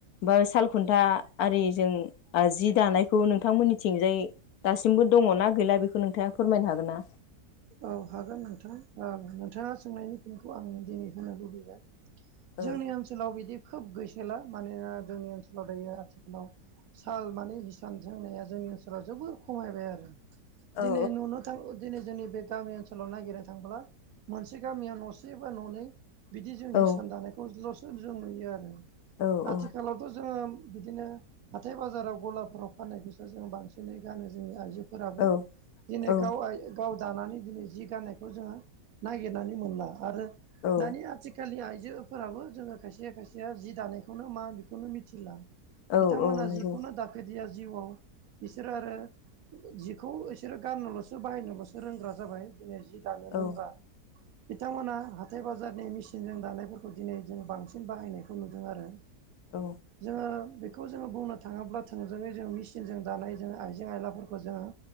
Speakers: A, on the left; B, on the right.
A: बा साल खुन्था आरि जों जि दानायखौ नोंथांमोननि थिंजाय दासिमबो दङ'ना गैला बेखौ नोंथाङा फोरमायनो हागोन ना
B: औ हागोन नोंथां औ नोंथाङा सोंनायनि फिनखौ आं दिनै होनो लुबैबाय
A: औ
B: जोंनि ओनसोलाव बिदि खोब गैसोला मानोना जोंनि ओनसोलाव दायो आथिखालाव साल माने हिसान सोंनाया जोंनि ओनसोलाव जोबोर खमायबाय आरो दिनै
A: औ
B: नुनो थां दिनै जोंनि बे गामि ओनसोलाव नायगिरनो थांब्ला मोनसे गामियाव न'से बा न'नै बिदि जों
A: औ
B: हिसान दानाय खौल'सो जों नुयो आरो
A: औ
B: आथिखालावथ' जोङो बिदिनो हाथाय बाजाराव गलाफोराव फाननायखौसो जों बांसिनै गानो जोंनि आइजो फोराबो
A: औ
B: दिनै
A: औ
B: गाव गाव दानानै दिनै जि गाननायखौ जोङो नागिरनानै मोनला आरो
A: औ
B: दानि आथि थिखालनि आइजोफोराबो जोङो खायसे खायसेया जि दानायखौनो मा बेखौनो मिथिला
A: औ
B: बिथांमोना
A: औ नंगौ
B: जिखौनो दाफेरदिया जिउआव बिसोरो आरो जिखौ बिसोरो गाननोल'सो बाहायनोल'सो रोंग्रा जाबाय दिनै जि दानो रोंला
A: औ
B: बिथांमोनहा हाथाय बाजारनि मेसिनजों दानायफोरखौ दिनै जों बांसिन बाहायनायखौ नुदों आरो
A: औ
B: जोङो बेखौ जोङो बुंनो थाङोब्ला थोंजोङै जोङो मेसिनजों दानाय जोङो आइजें आयलाफोरखौ जोङो